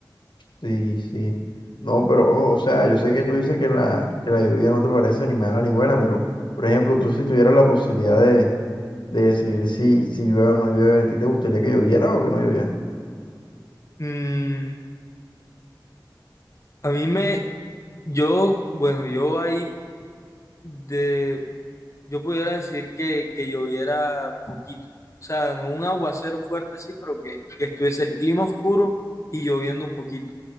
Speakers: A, on the left (about 85°); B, on the left (about 40°).
A: Sí, sí. No, pero, o sea, yo sé que tú dices que la, que la lluvia no te parece ni mala ni buena, pero, por ejemplo, tú si tuvieras la posibilidad de, de decidir si, si llueve o no llueve, ¿a ti te gustaría que lloviera o que no lloviera?
B: Mm, a mí me, yo, bueno, yo ahí de, yo pudiera decir que, que lloviera poquito. O sea, no un aguacero fuerte, sí, pero que, que estuviese el clima oscuro y lloviendo un poquito.